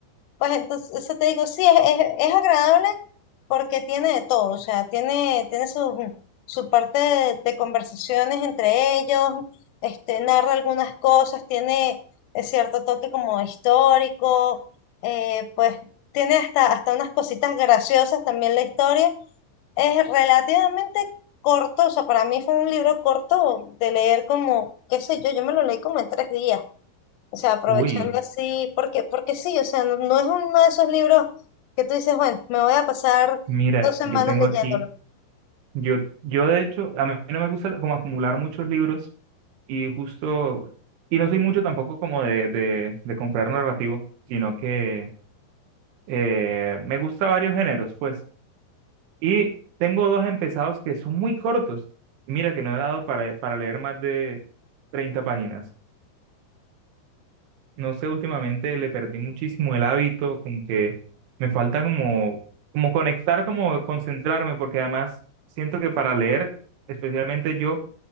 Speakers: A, on the left; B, on the right.
A: Pues entonces, eso te digo, sí, es, es, es agradable porque tiene de todo, o sea, tiene, tiene su, su parte de, de conversaciones entre ellos, este, narra algunas cosas, tiene eh, cierto toque como histórico, eh, pues tiene hasta, hasta unas cositas graciosas también la historia. Es relativamente corto, o sea, para mí fue un libro corto de leer como, qué sé yo, yo me lo leí como en tres días. O sea, aprovechando
B: Uy,
A: así, porque, porque sí, o sea, no, no es uno de esos libros que tú dices, bueno, me voy a pasar
B: mira,
A: dos semanas
B: yo tengo
A: leyéndolo.
B: aquí, yo, yo de hecho, a mí no me gusta como acumular muchos libros y justo, y no soy mucho tampoco como de, de, de comprar narrativo, sino que eh, me gusta varios géneros, pues, y tengo dos empezados que son muy cortos. Mira que no he dado para, para leer más de 30 páginas. no sé, últimamente le perdí muchísimo el hábito, como que me falta como, como conectar, como concentrarme, porque además siento que para leer, especialmente yo,